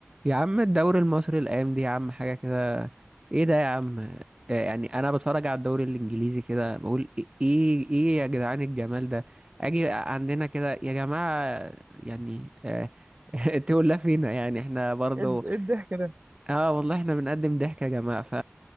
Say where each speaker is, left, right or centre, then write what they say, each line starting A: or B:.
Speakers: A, on the right (about 20°); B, on the right (about 35°).
A: يا عم الدوري المصري الايام دي يا عم حاجه كده ايه ده يا عم آه، يعني انا بتفرج على الدوري الانجليزي كده بقول ايه ايه إيه يا جدعان الجمال ده اجي عندنا كده يا جماعه يعني آه، <laughs> تقول لا فينا يعني احنا برضو
B: ايه الض- إيه الضحك ده
A: اه والله احنا بنقدم ضحك يا جماعة ف